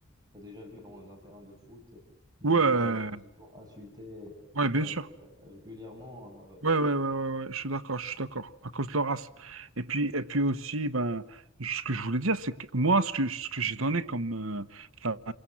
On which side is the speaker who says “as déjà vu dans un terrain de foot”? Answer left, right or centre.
Right